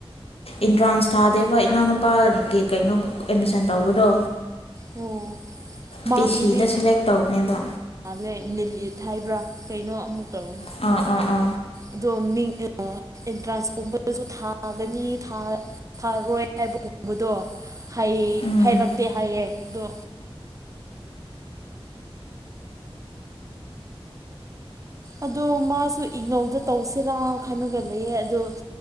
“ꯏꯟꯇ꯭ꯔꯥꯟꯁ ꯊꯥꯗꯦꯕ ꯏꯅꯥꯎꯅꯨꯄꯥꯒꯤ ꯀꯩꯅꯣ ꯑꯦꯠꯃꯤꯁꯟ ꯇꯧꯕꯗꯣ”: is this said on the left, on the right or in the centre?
Left